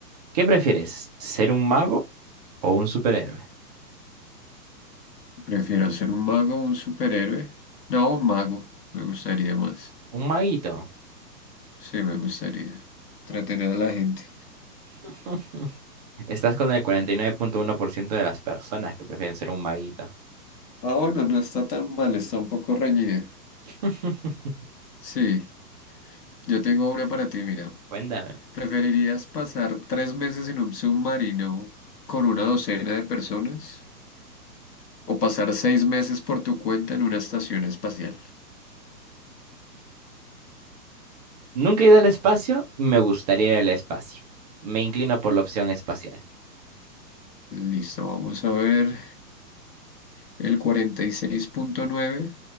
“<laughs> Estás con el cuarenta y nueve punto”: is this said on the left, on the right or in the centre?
Right